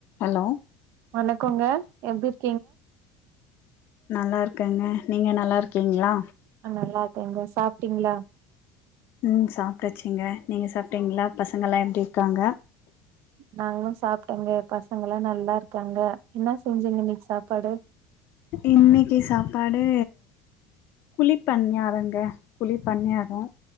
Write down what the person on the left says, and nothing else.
allow
நல்லா இருக்கேங்க நீங்க நல்லா இருக்கீங்ளா
ம் சாப்டாச்சுங்க நீங்க சாப்டீங்ளா பசங்கல்லா எப்டி இருக்காங்க
இன்னிக்கி சாப்பாடு குழிப்பண்யாரங்க குழிப்பண்யாரோ